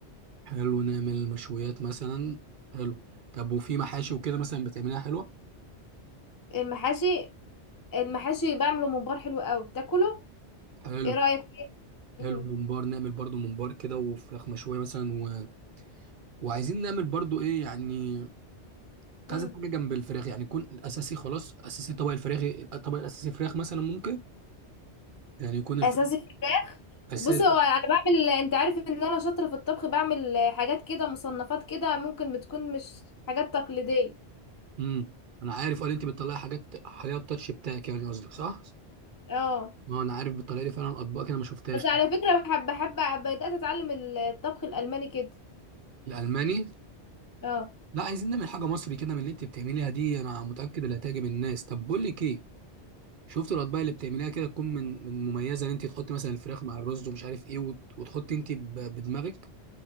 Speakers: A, on the right; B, on the left.
A: حلو نعمل مشويات مثلا حلو طب وفي محاشي وكده مثلا بتعمليها حلوه
B: المحاشي المحاشي بعمله ممبار حلو قوي تاكله
A: حلو
B: ايه رأيك فيه
A: حلو
B: امم
A: ممبار نعمل برضو ممبار كده وفراخ مشويه مثلا و... وعايزين نعمل برضو ايه يعني كنت
B: امم
A: عايز حاجه جنب الفراخ يعني يكون الاساسي خلاص اساسي طبق الفراخ الطبق الاساسي فراخ مثلا ممكن يعني يكون الفراخ
B: اساسي
A: اساسي
B: بص هو انا بعمل انت عارف ان انا شاطره في الطبخ بعمل حاجات كده مصنفات كده ممكن بتكون مش حاجات تقليديه
A: امم انا عارف قال انت بتطلعي حاجات حاجات التاتش بتاعك يعني قصدك صح
B: اه
A: ما انا عارف بتطلعي لي فعلا اطباق كده ما شفتهاش
B: بس على فكره بحب بحب بدات اتعلم الطبخ الالماني كده
A: الالماني
B: اه
A: لا عايزين نعمل حاجه مصري كده من اللي انت بتعمليها دي انا متاكد اللي هتعجب الناس طب بقول لك ايه شفت الاطباق اللي بتعمليها كده تكون من من مميزه ان انت تحطي مثلا الفراخ مع الرز ومش عارف ايه وت- وتحطي انت ب- بدماغك